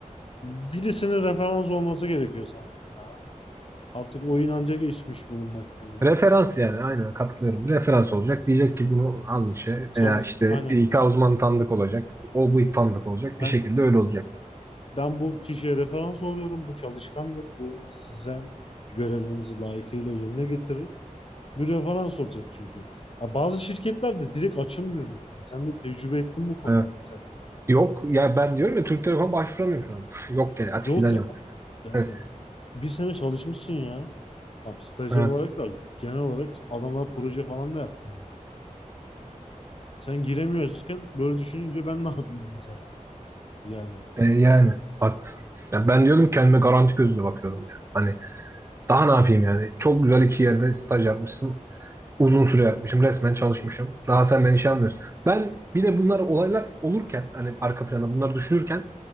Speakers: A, on the left; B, on the right.
A: Birisinin referans olması gerekiyor sanırım ya. Artık o inanca geçmiş bulunmaktayım böyle.
B: Referans yani aynen katılıyorum. Referans
A: Yani
B: olacak. Diyecek ki bunu almış ya.
A: çalış
B: Veya işte
A: aynen
B: İK uzmanı tanıdık olacak. O bu tanıdık olacak. Bir
A: ben
B: şekilde öyle olacak.
A: ben bu kişiye referans oluyorum. Bu çalışkandır. Bu size görevlerinizi layıkıyla yerine getirir. Bir referans olacak çünkü. Ha, bazı şirketler de direkt açılmıyor mesela. Sen de tecrübe ettin bu konuda
B: E,
A: mesela.
B: Yok ya ben diyorum ya Türk Telekom başvuramıyorum şu an. <laughs> Yok yani açık
A: Yok
B: ilan
A: ya,
B: yok.
A: yani
B: Evet,
A: bir sene çalışmışsın ya. Tam stajyer
B: evet.
A: olarak da genel olarak adamlar proje falan da yaptın ya. Sen giremiyorken böyle düşününce ben ne yapayım mesela? Yani
B: E, yani haklısın. Ya ben diyordum kendime garanti gözüyle bakıyordum ya. Hani daha ne yapayım yani? Çok güzel iki yerde staj yapmışsın. Uzun süre yapmışım. Resmen
A: uzun
B: çalışmışım.
A: süre.
B: Daha sen beni şey almıyorsun. Ben bir de bunlar olaylar olurken hani arka planda bunları düşünürken